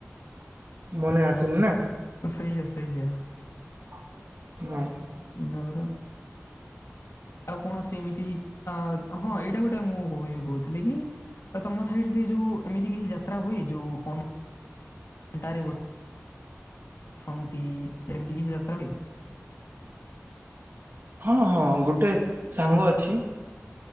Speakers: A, on the right; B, on the left.
A: ମନେ ଆସୁନି ନା
B: ସେଇଆ ସେଇଆ।
A: ନାଁ।
B: ନା ପରା ଆଉ କଣ ସେମିତି ଅ ହଁ ଏଇଟା ଗୋଟେ ମୁଁ କହିବି କହୁଥିଲି କି ତମ ସାଇଡ ସେ ଯୋଉ ଏମିତି କିଛି ଯାତ ତ୍ରା ହୁଏ ଯୋଉ କନ ଣ୍ଟା ରେ ବସ ସନ୍ତି ଏମିତି କିଛି ଯାତ୍ରା ହୁଏ?
A: ହଁ ହଁ ଗୋଟେ ସାଙ୍ଗ ଅଛି